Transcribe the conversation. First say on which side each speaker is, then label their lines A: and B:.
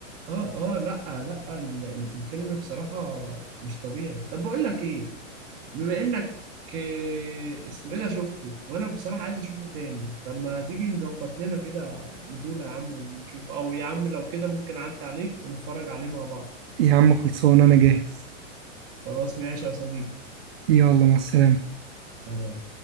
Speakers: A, on the right; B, on the right.
A: اه اه لا لا ال- ال- الفيلم بصراحة مش طبيعي طب بقول لك ايه بما انك آه، اسمه ايه ده شفته وانا بصراحة عايز اشوفه تاني طب ما تيجي نظبط لنا كده نزولة يا عم ونشوف او يا عم لو كده ممكن اعدي عليك ونتفرج عليه مع بعض
B: يا عم خلصان أنا جاهز
A: خلاص ماشي يا صديقي
B: يلا مع السلامة
A: تمام